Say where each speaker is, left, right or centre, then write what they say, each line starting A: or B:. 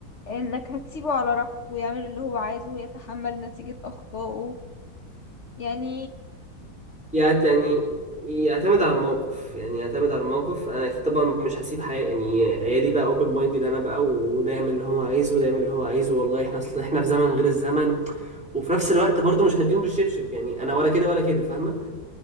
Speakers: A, on the left; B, in the centre.
A: انك هتسيبه على راحته ويعمل اللي هو عايزه ويتحمل نتيجة اخطائه يعني
B: يعت- يعني يعتمد على الموقف يعني يعتمد على الموقف انا اكيد طبعا مش هسيب حي... يعني عيالي بقى اوبن مايندد انا بقى وده يعمل اللي هو عايزه وده يعمل اللي هو عايزه والله احنا اصل احنا في زمن غير الزمن وفي نفس الوقت برضو مش هديهم بالشبشب يعني انا ولا كده ولا كده فاهمه